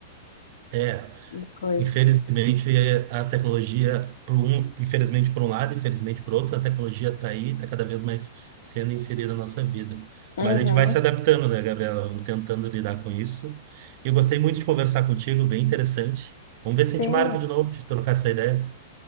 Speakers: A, on the right; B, on the left.
A: É,
B: Das coisas.
A: Infelizmente, a tecnologia, por um, infelizmente por um lado, infelizmente por outro, a tecnologia está aí, está cada vez mais sendo inserida na nossa vida.
B: Uhum,
A: Mas a gente vai se adaptando, né, Gabriela? Vamos tentando lidar com isso. Eu gostei muito de conversar contigo, bem interessante. Vamos ver
B: sim,
A: se a gente marca de novo, de trocar essa ideia.